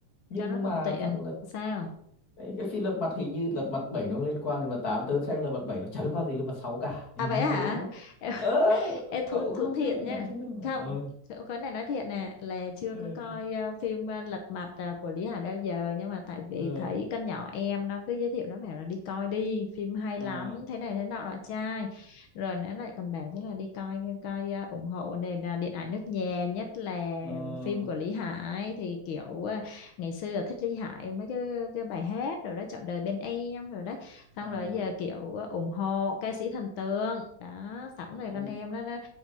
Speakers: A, on the left; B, on the left.
A: nhưng
B: cho nó thuận
A: mà
B: tiện.
A: thằng lật
B: Sao?
A: cái cái phim lật mặt hình như lật mặt bảy nó liên quan gì mà tám tớ xem lật mặt bảy nó chả liên quan gì lật mặt sáu cả hình
B: À vậy
A: như
B: hả?
A: thế đúng không
B: <laughs>
A: ơ
B: Ê, thú
A: cậu
B: thú
A: không
B: thiệt
A: xem lật
B: nha
A: mặt chưa xem lật
B: không
A: mặt rồi
B: chỗ cái này nói thiệt nè là chưa
A: Ừ,
B: có coi ờ, phim ờ, Lật Mặt ờ, của Lý Hải bao giờ nhưng mà tại vì
A: ờ
B: thấy con nhỏ em nó cứ giới thiệu nó bảo là đi coi đi phim hay
A: ờ
B: lắm
A: à,
B: thế này thế nọ nọ trai rồi nó lại còn bảo chắc là đi coi coi ờ, ủng hộ nền ờ, điện ảnh nước nhà nhất là
A: ờ
B: phim của Lý Hải thì kiểu ờ, ngày xưa là thích Lý Hải mấy cái cái bài hát rồi đó Trọn đời bên em rồi đó xong
A: ờ,
B: rồi giờ kiểu ờ, ủng hộ ca sĩ thần tượng đó sẵn
A: kiểu
B: rồi con em đó nó